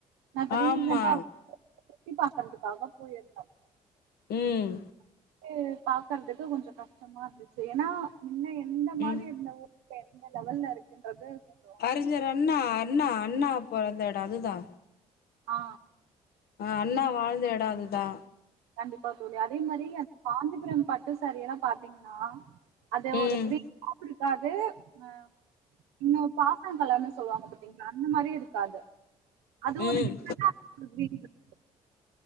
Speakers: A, on the right; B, on the left.
A: நா இப்ப ரீஸன்டா
B: ஆமா
A: சுத்தி பாக்கறதுக்காக போயிருந்தோ
B: ம்
A: எ பாக்கர்துக்கு கொஞ்சோ கஷ்டமா இருந்துச்சு ஏனா இன்ன எந்த மாதிரி
B: ம்
A: இருந்த ஊ இப்பே எந்த லெவல்ல இருக்குன்றது கொஞ்சோ
B: அறிஞர் அண்ணா அண்ணா அண்ணா பொறந்த எடோ அதுதா
A: ஆ
B: அ அண்ணா வாழ்ந்த எடோ அதுதா
A: கண்டிப்பா தோழி அதே மாரி அந்த காஞ்சிபுரம் பட்டு சேரீ எல்லா பாத்தீங்ன்னா அதே
B: ம்
A: ஒரு ரிக் <unintelligible> க்காது ஆ இன்னு பாச நல்லால்ல சொல்லுவாங்க பாத்தீங்களா அந்த மாரி இருக்காது அது
B: ம்
A: ஒரு டிஃபரண்ட்டா <unintelligible>